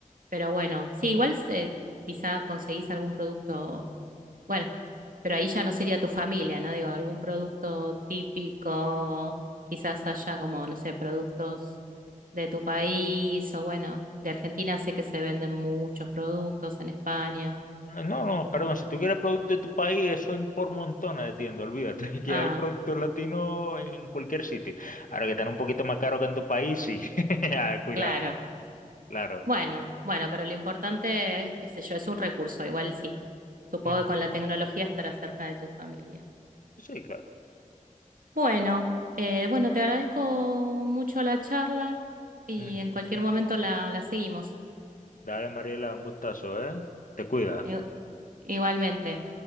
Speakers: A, on the right (about 85°); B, on the left (about 75°).
A: pero bueno, sí, igual eh, quizá conseguís algún producto, bueno, pero ahí ya no sería tu familia, ¿no? Digo, algún producto típico, quizás haya como, no sé, productos de tu país o bueno, de Argentina sé que se venden muchos productos en España.
B: No, no, perdón, si tú quieres producto de tu país, eso hay por montones de tiendas, olvídate, <laughs> que
A: Ah.
B: hay productos latinos en cualquier sitio. Ahora que están un poquito más caros que en tu país, sí, <laughs> Ah, cuidado,
A: Claro.
B: claro.
A: Bueno, bueno, pero lo importante es, qué sé yo, es un recurso, igual sí. Supongo
B: Ujú.
A: que con la tecnología estará cerca de tu familia.
B: Sí, claro.
A: Bueno, eh, bueno, te agradezco mucho la charla y
B: Ujú,
A: en cualquier
B: ujú.
A: momento la, la seguimos.
B: Dale, Mariela, un gustazo, ¿eh? Te cuida.
A: I- Igualmente.